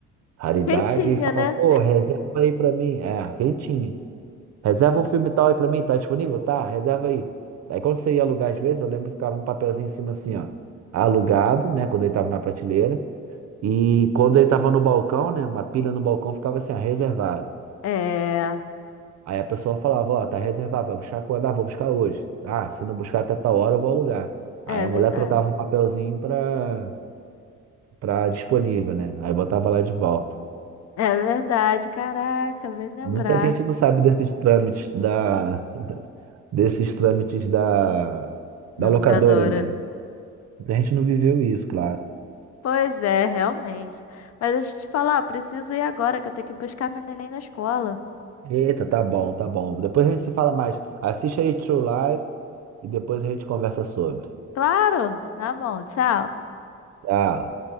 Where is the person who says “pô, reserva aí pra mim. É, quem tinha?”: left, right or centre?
Right